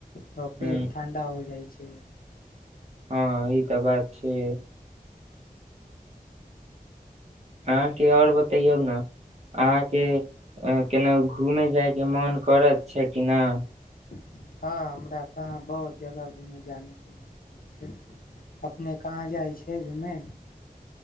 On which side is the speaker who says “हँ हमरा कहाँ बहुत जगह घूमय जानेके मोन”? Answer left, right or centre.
Left